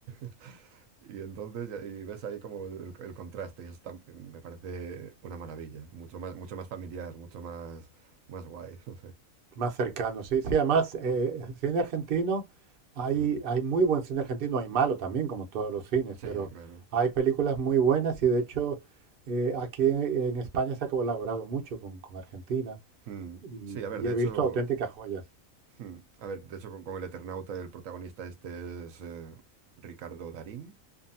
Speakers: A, on the right; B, on the right.
A: <laughs> y entonces ya- y ves ahí como el, el contraste y eso está- me parece una maravilla, mucho más, mucho más familiar, mucho más, más guay. <laughs>
B: Más cercano, sí. Sí, además, eh, cine argentino, hay,
A: Ujú.
B: hay muy buen cine argentino, hay malo también, como todos los cines,
A: Sí,
B: pero
A: claro.
B: hay películas muy buenas y de hecho eh, aquí en, en España se ha colaborado mucho con, con Argentina
A: Mm,
B: y,
A: Sí, a ver,
B: y
A: de
B: he
A: hecho,
B: visto auténticas joyas.
A: mm, a ver, de hecho con, con el Eternauta el protagonista este es eh, Ricardo Darín